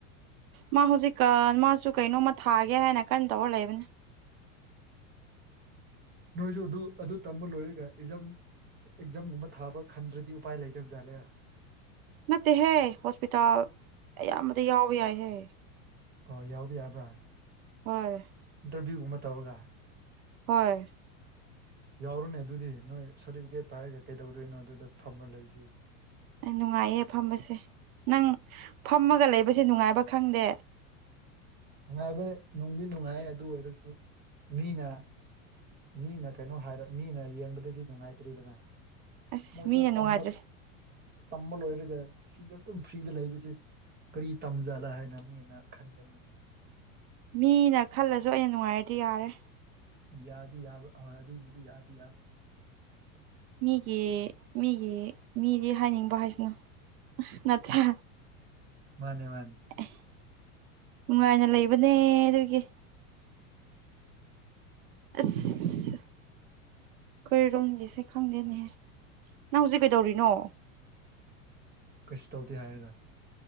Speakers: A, on the right; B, on the right.
A: ꯃꯥ ꯍꯧꯖꯤꯛꯀ ꯃꯥꯁꯨ ꯀꯩꯅꯣꯝꯃ ꯊꯥꯒꯦ ꯍꯥꯏꯅ ꯀꯟꯅ ꯇꯧꯔ ꯂꯩꯕꯅꯦ
B: ꯅꯣꯏꯁꯨ ꯑꯗꯨ ꯑꯗꯨ ꯇꯝꯕ ꯂꯣꯏꯔꯒ ꯑꯦꯛꯖꯝ ꯑꯦꯛꯖꯥꯝꯒꯨꯝꯕ ꯊꯥꯕ ꯈꯟꯗ꯭ꯔꯗꯤ ꯎꯄꯥꯏ ꯂꯩꯗꯕꯖꯥꯠꯂ
A: ꯅꯠꯇꯦꯍꯦ ꯍꯣꯁꯄꯤꯇꯥꯜ ꯑꯌꯥꯝꯕꯗ ꯌꯥꯎꯕ ꯌꯥꯏꯍꯦ
B: ꯑꯣ ꯌꯥꯎꯕ ꯌꯥꯕ꯭ꯔꯥ?
A: ꯍꯣꯏ
B: ꯏꯟꯇꯔꯚꯤꯌꯨꯒꯨꯝꯕ ꯇꯧꯔꯒ
A: ꯍꯣꯏ
B: ꯌꯥꯎꯔꯣꯅꯦ ꯑꯗꯨꯗꯤ ꯅꯣꯏ ꯁꯥꯔꯇꯤꯐꯤꯀꯦꯠ ꯄꯥꯏꯔꯒ ꯀꯩꯗꯧꯗꯣꯏꯅꯣ ꯑꯗꯨꯗ ꯐꯝꯃ ꯂꯩꯁꯦ
A: ꯑꯩ ꯅꯨꯡꯉꯥꯏꯌꯦ ꯐꯝꯕꯁꯦ ꯅꯪ ꯐꯝꯃꯒ ꯂꯩꯕꯁꯦ ꯅꯨꯡꯉꯥꯏꯕ ꯈꯪꯗꯦ
B: ꯅꯨꯡꯉꯥꯏꯕ ꯅꯨꯡꯗꯤ ꯅꯨꯡꯉꯥꯏ ꯑꯗꯨ ꯑꯣꯏꯔꯁꯨ ꯃꯤꯅ ꯃꯤꯅ ꯀꯩꯅꯣ ꯍꯥꯏꯔ ꯃꯤꯅ ꯌꯦꯡꯕꯗꯗꯤ ꯅꯨꯡꯉꯥꯏꯇ꯭ꯔꯤꯗꯅꯦ
A: ꯑꯁ
B: ꯃꯣꯏꯗꯣ
A: ꯃꯤꯅ ꯅꯨꯡꯉꯥꯏꯇ꯭ꯔꯁꯦ
B: ꯇꯝꯕ ꯇꯝꯕ ꯂꯣꯏꯔꯒ ꯁꯤꯗ ꯑꯗꯨꯝ ꯐ꯭ꯔꯤꯗ ꯂꯩꯕꯁꯦ ꯀꯔꯤ ꯇꯝꯖꯥꯠꯂ ꯍꯥꯏꯅ ꯃꯤꯅ ꯈꯟꯒꯅꯤꯕ꯫
A: ꯃꯤꯅ ꯈꯜꯂꯁꯨ ꯑꯩꯅ ꯅꯨꯡꯉꯥꯏꯔꯗꯤ ꯌꯥꯔꯦ꯫
B: ꯌꯥꯗꯤ ꯌꯥꯕ ꯍꯣꯏ ꯑꯗꯨꯕꯨꯗꯤ ꯌꯥꯗꯤ ꯌꯥꯕ
A: ꯃꯤꯒꯤ ꯃꯤꯒꯤ ꯃꯤꯗꯤ ꯍꯥꯏꯅꯤꯡꯕ ꯍꯥꯏꯁꯅꯨ꯫ ꯅꯠꯇ꯭ꯔ
B: ꯃꯥꯅꯦ ꯃꯥꯅꯦ
A: ꯑꯦ ꯅꯨꯡꯉꯥꯏꯅ ꯂꯩꯕꯅꯦ ꯑꯗꯨꯒꯤ ꯑꯁ ꯑꯩꯈꯣꯏꯔꯣꯝꯒꯤꯁꯦ ꯈꯪꯗꯦꯅꯦꯍꯦ ꯅꯪ ꯍꯧꯖꯤꯛ ꯀꯩꯗꯧꯔꯤꯅꯣ?
B: ꯀꯩꯁꯨ ꯇꯧꯗꯦ ꯍꯥꯏꯔꯒ